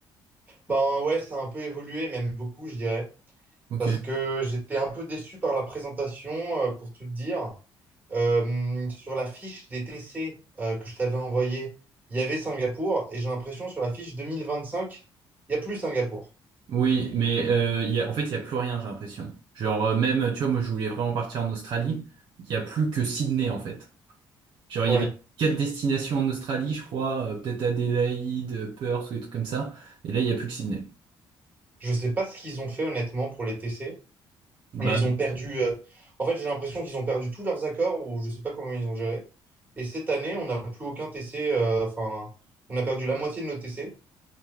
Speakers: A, on the right; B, on the right.
A: Ben ouais, ça a un peu évolué, même beaucoup, je dirais,
B: ok.
A: parce que j'étais un peu déçu par la présentation, euh, pour tout te dire. Euh, sur la fiche des TC euh, que je t'avais envoyée, il y avait Singapour, et j'ai l'impression sur la fiche 2025, il n'y a plus Singapour.
B: Oui, mais euh, il y a, en fait, il y a plus rien, j'ai l'impression. Genre, euh, même, tu vois, moi, je voulais vraiment partir en Australie. Il y a plus que Sydney, en fait. Genre,
A: Ouais.
B: il y avait quatre destinations en Australie, je crois. euh, peut-être Adélaïde, Perth ou des trucs comme ça. Et là, il y a plus que Sydney.
A: Je sais pas ce qu'ils ont fait honnêtement pour les TC,
B: Bah,
A: mais ils ont perdu. euh, En fait, j'ai l'impression qu'ils ont perdu tous leurs accords, ou je sais pas comment ils ont géré. Et cette année, on n'a plus aucun TC, euh, enfin, on a perdu la moitié de nos TC.